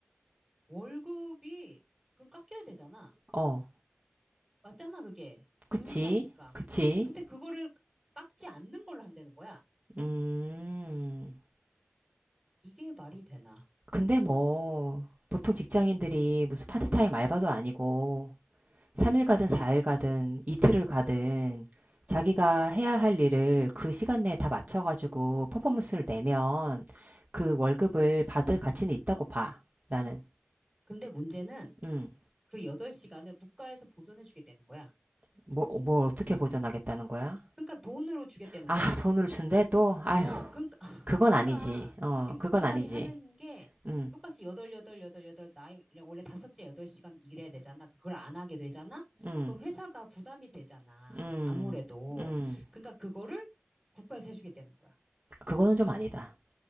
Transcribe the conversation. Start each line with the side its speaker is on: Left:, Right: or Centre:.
Centre: 월급이 그럼 깎여야 되잖아.
Right: 어,
Centre: 맞잖아, 그게.
Right: 그치,
Centre: 들이라니까.
Right: 그치.
Centre: 근데 그거를 깎지 않는 걸로 한다는 거야.
Right: 음.
Centre: 이게 말이 되나.
Right: 근데 뭐, 보통 직장인들이 무슨 파트타임 알바도 아니고, 3일 가든 4일 가든 이틀을 가든, 자기가 해야 할 일을 그 시간 내에 다 맞춰가지고 퍼포먼스를 내면 그 월급을 받을 가치는 있다고 봐, 나는.
Centre: 근데 문제는
Right: 음,
Centre: 그 8시간을 국가에서 보존해주겠다는 거야.
Right: 뭐, 뭘 어떻게 보전하겠다는 거야?
Centre: 그러니까 돈으로 주겠다는
Right: 아,
Centre: 거야.
Right: 돈으로 준대? 또? 아휴,
Centre: 어, 그러니까, <laughs> <sighs>
Right: 그건
Centre: 그러니까
Right: 아니지. 어,
Centre: 지금 민주당이
Right: 그건 아니지.
Centre: 하는 게
Right: 음,
Centre: 똑같이 8, 8, 8, 8, 나이, 원래 다섯째 8시간 일해야 되잖아. 그걸 안 하게 되잖아?
Right: 음,
Centre: 그럼 회사가 부담이 되잖아.
Right: 음,
Centre: 아무래도.
Right: 음.
Centre: 그러니까 그거를 국가에서 해주겠다는 거야.
Right: 그거는 좀 아니다.